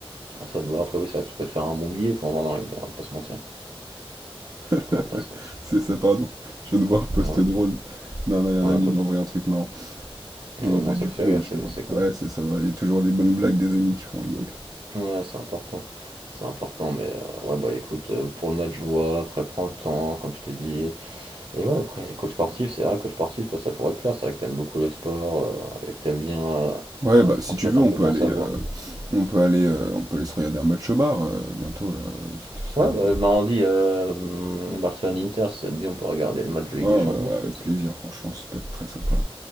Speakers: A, on the right; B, on the right.
A: À toi de voir. Après, oui, c'est vrai que tu peux te faire un bon billet, quoi, en vendant les deux, on va pas se mentir.
B: euh, <laughs>
A: On va pas se mentir.
B: C'est ça, pardon. Je viens de voir un post
A: Ouais,
B: drôle. Non, non, un
A: ouais,
B: ami
A: pas
B: m'a
A: trop.
B: envoyé un truc marrant.
A: Ouais,
B: Et
A: Au
B: bah
A: moins, ça
B: du
A: te
B: coup,
A: fait rire,
B: ouais, je
A: c'est
B: vois.
A: c'est cool.
B: Ouais, c'est ça va. Il y a toujours les bonnes blagues des amis qui font rigoler.
A: Ouais, c'est important. C'est important, mais euh, ouais, bah écoute, euh, pour le match, je vois, après, prends le temps, comme je t'ai dit. Et ouais, après, coach sportif, c'est vrai, coach sportif, toi, ça pourrait te plaire, c'est vrai que t'aimes beaucoup le sport, euh, et que t'aimes bien euh,
B: Ouais,
A: euh,
B: bah
A: transmettre
B: si tu veux, on
A: un peu
B: peut
A: ton
B: aller,
A: savoir.
B: euh, on peut aller, euh, on peut aller se regarder un match au bar euh, bientôt là. euh, si t-
A: Ouais,
B: ça te
A: bah,
B: dit?
A: mardi, euh, hmm, Barcelone-Inter, si ça te dit, on peut regarder le match de Ligue
B: Ouais,
A: des
B: ouais,
A: Champions,
B: ouais, avec
A: ça peut être
B: plaisir.
A: ça.
B: Franchement, ça peut être très sympa.